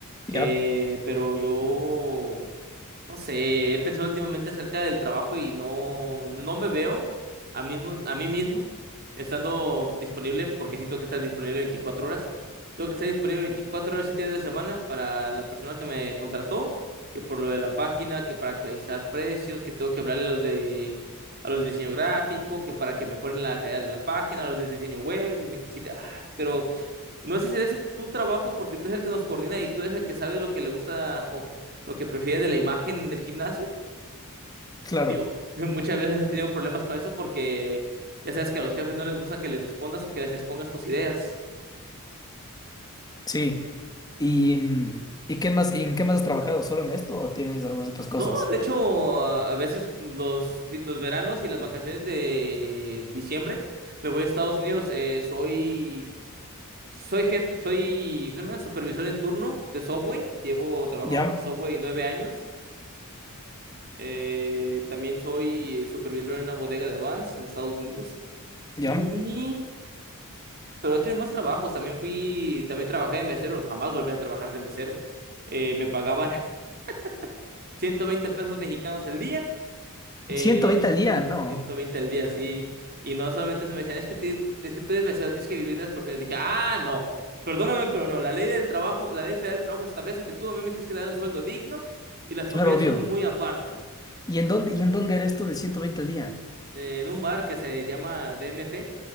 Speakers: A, on the right; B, on the left.
A: Eh,
B: Ya,
A: pero yo no sé, he pensado últimamente acerca del trabajo y no, no me veo a, mismo, a mí mismo estando disponible, porque sí tengo que estar disponible 24 horas. Tengo que estar disponible 24 horas, 7 días de semana para la persona que me contrató, que por lo de la página, que para actualizar precios, que tengo que hablarle a los de, a los de diseño gráfico, que para que mejoren la calidad de la página, a los de diseño web, y me quisiera, ay, pero no sé si es tu trabajo porque tú eres el que nos coordina y tú eres el que sabe lo que le gusta o lo que prefiere de la imagen del gimnasio.
B: claro.
A: Digo, <laughs> muchas veces he tenido problemas con eso porque ya sabes que a los jefes no les gusta que les respondas o que les expongas tus ideas.
B: Sí. ¿Y, mm, ¿y qué más, y en qué más has trabajado? ¿Solo en esto o tienes algunas otras cosas?
A: No, de hecho, a a veces los, fin- los veranos y las vacaciones de diciembre me voy a Estados Unidos. Eh, soy, soy jefe, soy, ¿cómo se llama? Supervisor en turno de Subway. Llevo trabajando
B: Ya,
A: con Subway nueve años. Eh, también soy eh, supervisor en una bodega de Vans en Estados Unidos.
B: ya.
A: Y... Pero he tenido más trabajos. También fui, también trabajé de mesero. Jamás volví a trabajar de mesero. Eh, me pagaban <laughs> 120 pesos mexicanos el día. Eh,
B: Ciento veinte al día, no.
A: 120 al día, sí. Y no solamente eso, me decían, es que, ti- es que tú eres mesero, tienes que vivir de las propiedades. Dije, ah, no, perdóname, pero no. La ley del trabajo, la ley federal del trabajo establece que tú a mí me tienes que dar un sueldo digno y las
B: Claro,
A: propinas
B: obvio.
A: son muy aparte.
B: ¿Y en dónde, y en dónde era esto de 120 al día?
A: eh, en un bar que se llama DMT.